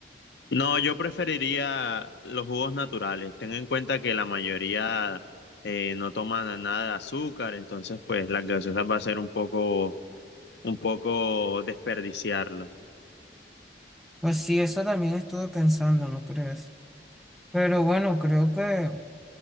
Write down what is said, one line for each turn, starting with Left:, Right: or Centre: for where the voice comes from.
Left: No, yo preferiría los jugos naturales. Ten en cuenta que la mayoría eh, no toman nada de azúcar, entonces pues las gaseosas va a ser un poco, un poco desperdiciarlo.
Centre: Pues sí, eso también estuve pensando, ¿no crees? Pero bueno, creo que,